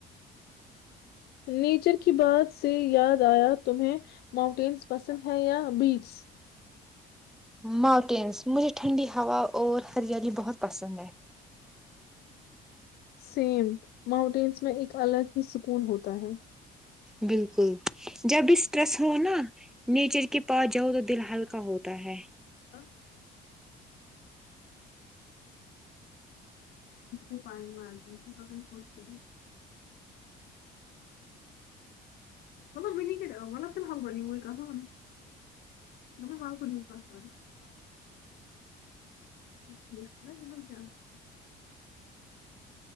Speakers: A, on the left; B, in the centre.
A: نیچر کی بات سے یاد آیا تمہیں ماؤنٹینس پسند ہے یا بیچس
B: ماؤنٹینس مجھے ٹھنڈی ہوا اور ہریالی بہت پسند ہے
A: سیم ماؤنٹینس میں ایک الگ ہی سکون ہوتا ہے
B: بالکل جب بھی اسٹریس ہو نا نیچر کے پاس جاؤ تو دل ہلکا ہوتا ہے
A: ا ے پانی میں آ تو سب ک <unintelligible>